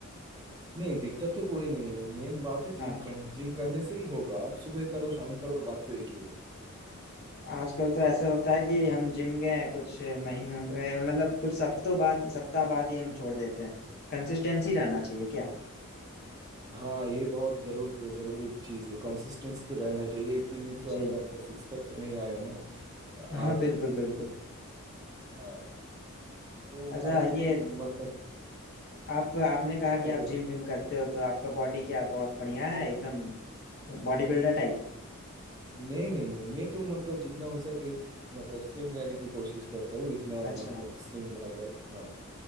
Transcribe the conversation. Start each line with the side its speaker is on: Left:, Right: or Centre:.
Right: नहीं दिक्कत तो कोई नहीं है मेन बात है
Left: हाँ
Right: जिम करना जिम करने से ही होगा आप सुबह करो शाम करो बात तो एक ही है
Left: आजकल तो ऐसा होता है कि हम जिम गए कुछ महीनों अ, मतलब कुछ हफ्तों बाद सप्ताह बाद ही हम छोड़ देते हैं कंसिस्टेंसी रहना चाहिए क्या
Right: हाँ ये बहुत जरूर जरूरी चीज है कंसिस्टेंसी तो रहना चाहिए एक दिन में तो
Left: जी
Right: अगर आपका सिक्स पैक तो नहीं आएगा ना आप
Left: हाँ बिल्कुल बिल्कुल
Right: हाँ तो
Left: अच्छा
Right: हर दिन
Left: ये
Right: मतलब
Left: आप आपने कहा
Right: हाँ
Left: कि आप
Right: बोलिए
Left: जिम विम करते हो तो आपका बॉडी क्या बहुत बढ़िया है एकदम बॉडी बिल्डर टाइप
Right: नहीं नहीं नहीं मैं तो मतलब जितना हो सके मतलब स्लिम रहने की कोशिश करता हूँ इतना
Left: अच्छा
Right: मतलब स्लिम रहा जाए